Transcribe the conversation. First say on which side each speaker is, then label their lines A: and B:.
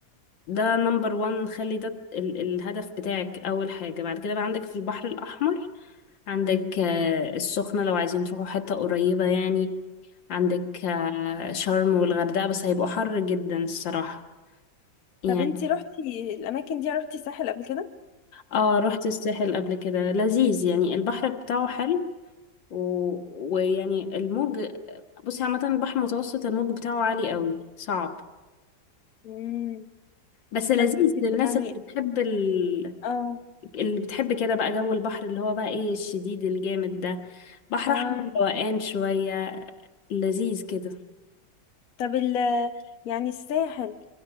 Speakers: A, on the left; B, on the left.
A: ده نمبر وان خلي ده ال- الهدف بتاعك أول حاجة بعد كده بقى عندك في البحر الأحمر عندك آه، السخنة لو عايزين تروحوا حتة قريبة يعني عندك آه، شرم والغردقة بس هيبقوا حر جدا الصراحة يعني
B: طب انت روحتي الاماكن دي روحتي ساحل قبل كده
A: اه رحت الساحل قبل كده لذيذ يعني البحر بتاعه حلو و... ويعني الموج بصي عامة البحر المتوسط الموج بتاعه عالي قوي صعب
B: امم
A: بس لذيذ
B: طب بت-
A: للناس
B: يعني
A: اللي بتحب ال...
B: اه
A: اللي بتحب كده بقى جو البحر اللي هو بقى ايه الشديد الجامد ده بحر
B: اه
A: احمر روقان شوية لذيذ كده
B: طب ال يعني الساحل